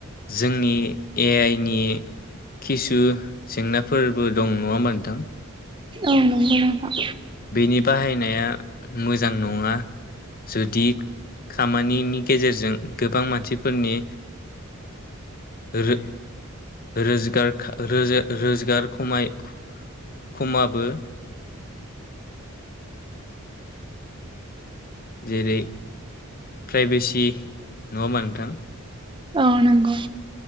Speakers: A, on the left (about 45°); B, on the right (about 25°).
A: जोंनि ए आइ नि खिसु जेंनाफोरबो दं नङा ओमबा नोंथां?
B: औ नंगौ नोंथां।
A: बेनि बाहायनाया मोजां नङा। जुदि खामानिनि गेजेरजों गोबां मानसिफोरनि रो रोजगार खा रोजा रोजगार खमाय खमाबो जेरै प्राइभेसि नङा ओमबा नोंथां?
B: औ नंगौ।